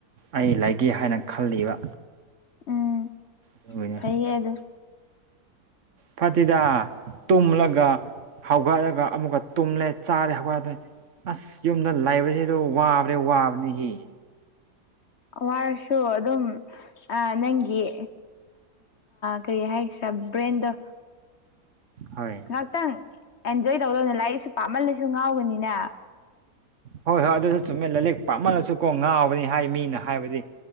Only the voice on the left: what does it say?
ꯎꯝ
ꯐꯩꯌꯦ ꯑꯗꯣ
ꯋꯥꯔꯁꯨ ꯑꯗꯨꯝ ꯅꯪꯒꯤ ꯀꯔꯤ ꯍꯥꯏꯁꯤ꯭ꯔꯥ ꯕ꯭ꯔꯦꯟꯗꯣ
ꯉꯥꯛꯇꯪ ꯑꯦꯟꯖꯣꯏ ꯇꯧꯗꯕꯅ ꯂꯥꯏꯔꯤꯛꯁꯨ ꯄꯥꯝꯃꯜꯂꯁꯨ ꯉꯥꯎꯒꯅꯤꯅ